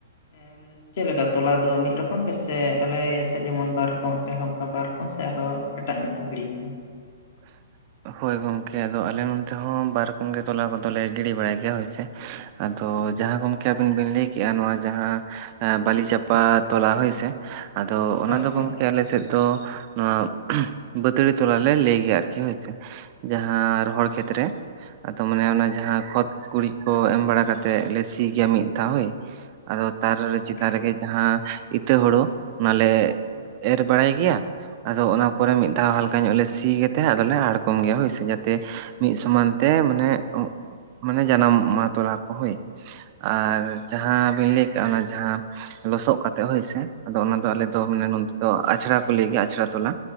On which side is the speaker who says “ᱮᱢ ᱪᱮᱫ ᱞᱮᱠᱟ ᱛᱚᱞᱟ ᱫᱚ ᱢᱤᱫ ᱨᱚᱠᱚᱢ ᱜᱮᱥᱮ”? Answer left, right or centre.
Left